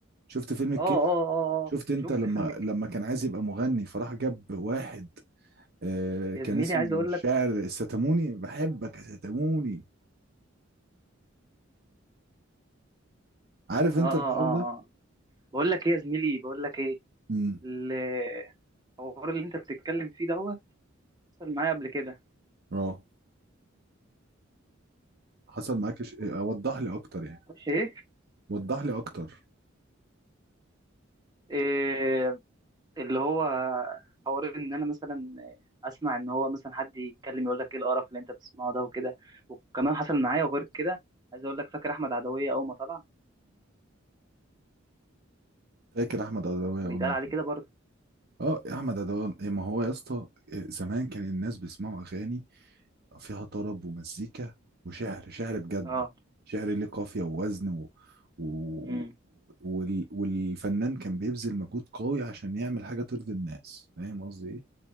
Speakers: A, on the right; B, on the right.
A: شفت فيلم الكيف
B: اه اه اه
A: شفت
B: اه
A: انت
B: شفت
A: لما
B: فيلم ك-
A: لما كان عايز يبقى مغني فراح جاب واحد آه كان
B: يا زميلي
A: اسمه
B: عايز اقول
A: الشاعر
B: لك
A: الستاموني بحبك يا ستاموني عارف
B: اه
A: انت
B: اه
A: الحوار ده
B: اه بقول لك ايه يا زميلي بقول لك ايه
A: امم
B: الحوار اللي انت بتتكلم فيه دوت حصل معايا قبل كده
A: اه حصل معاك ش... اوضح لي اكتر يعني
B: ايه
A: وضح لي اكتر
B: إيه، اللي هو حوار ان انا مثلا اسمع ان هو مثلا حد يتكلم يقول لك ايه القرف اللي انت بتسمعه ده وكده وكمان حصل معايا وغير كده عايز اقول لك فاكر احمد عدويه اول ما طلع
A: فاكر احمد عدويه
B: كان
A: اول
B: بيتقال
A: ما
B: عليه
A: طلع
B: كده برضه
A: اه احمد عدويه إيه، ما هو يا اسطى إيه، زمان كان الناس بيسمعوا اغاني فيها طرب ومزيكا وشعر شعر بجد
B: اه
A: شعر ليه قافيه ووزن و... و...
B: امم
A: وال... والفنان كان بيبذل مجهود قوي عشان يعمل حاجه ترضي الناس فاهم قصدي ايه